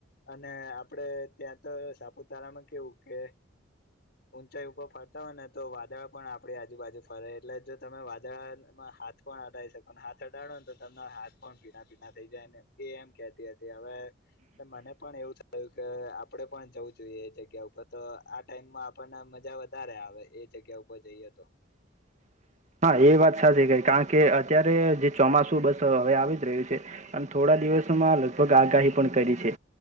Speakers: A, on the left; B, on the right.
A: અને આપડે ત્યાં તો સાપુતારામાં કેવું કે ઊંચાઈ ઉપર ફરતા હોય ને તો વાદળા પણ આપણી આજુબાજુ ફરે એટલે જો તમે વાદળામાં હાથ પણ અડા શકો હાથ અડાડોને તો તમને હાથ પણ ભીના-ભીના થઈ જાય ને. એ એમ કેતી હતી હવે મને પણ એવું થયું કે આપડે પણ જવું જોઈએ એ જગ્યા ઉપ તો તો આ ટાઈમમાં આપણને મજા વધારે આવે એ જગ્યા ઉપર જઈએ તો.
B: <inaudible> હા એ વાત સાચી કઈ કારણ કે અત્યારે જે ચોમાસું બસ હવે આવી જ રહ્યું છે. આન થોડા દિવસોમાં લગભગ આગાહી પણ કરી છે.